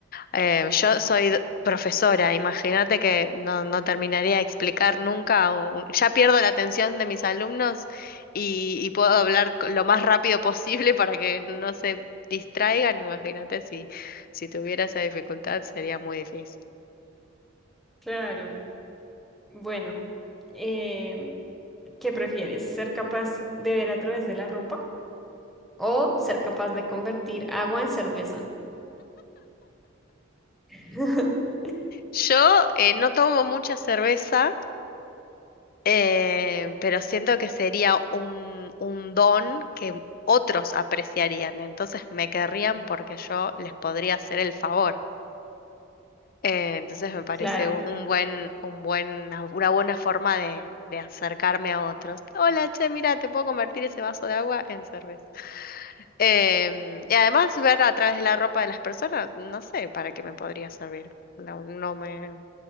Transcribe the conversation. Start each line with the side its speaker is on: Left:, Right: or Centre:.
Left: Eh, yo soy d- profesora, imagínate que no, no terminaría de explicar nunca, un- ya pierdo la atención de mis alumnos y, y puedo hablar co- lo más rápido posible para que no se distraigan, imagínate si, si tuviera esa dificultad sería muy difícil.
Centre: Claro. Bueno, em, ¿qué prefieres? ¿Ser capaz de ver a través de la ropa o ser capaz de convertir agua en cerveza? <laughs>
Left: Yo eh, no tomo mucha cerveza, eh, pero siento que sería un, un don que otros apreciarían, entonces me querrían porque yo les podría hacer el favor. Eh, entonces me parece
Centre: Claro.
Left: un, un buen, un buen, una buena forma de, de acercarme a otros. Hola, che, mira, te puedo convertir ese vaso de agua en cerveza. Em, y además ver a través de la ropa de las personas, no sé para qué me podría servir. No, no me,